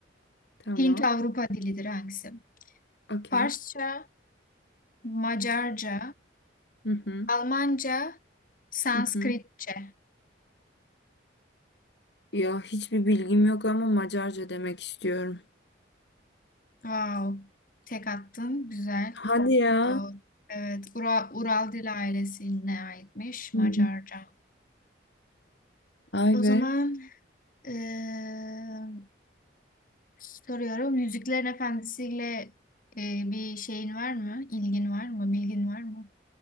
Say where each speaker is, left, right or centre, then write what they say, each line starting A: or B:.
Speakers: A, on the left; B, on the left.
A: Tamam.
B: Hint-Avrupa dilidir hangisi?
A: Okey.
B: Farsça, Macarca,
A: Hı hı.
B: Almanca, Sanskritçe.
A: Hı hı. Ya hiçbir bilgim yok ama Macarca demek istiyorum.
B: Wow. Tek attın. Güzel.
A: Hadi ya.
B: Doğru. Evet. Ural, Ural Dil ailesine aitmiş
A: Hmm.
B: Macarca.
A: Ay
B: O
A: be.
B: zaman eee, soruyorum. Yüzüklerin Efendisi'yle eee, bir şeyin var mı? İlgin var mı? Bilgin var mı?